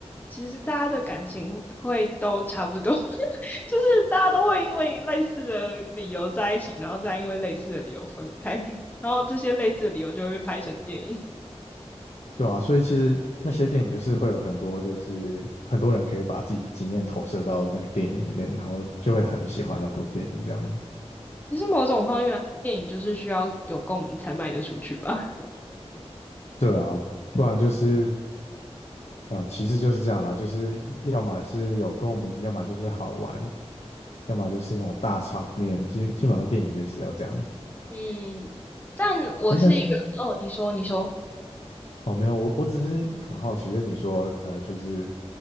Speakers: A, on the left; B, on the left.
A: 其实大家的感情会会都差不多，<laughs> 就是大家都会因为类似的理由在一起，然后再因为类似的理由分开，<laughs> 然后这些类似的理由就会被拍成电影。
B: 对啊，所以其实那些电影就是会有很多，就是很多人可以把自己的经验投射到那个电影里面，然后就会很喜欢那部电影这样。
A: 其实某种方面来说电影就是需要有共鸣才卖得出去吧。<laughs>
B: 对啊，不然就是啊、呃其实就是这样啦，就是要么是有共鸣，要么就是好玩，要么就是那种大场面。基基本上电影就是要这样子。
A: 嗯，但我是一个，
B: 诶，但是
A: 哦，你说，你说，
B: 哦，没有，我我只是很好奇，因为你说呃，就是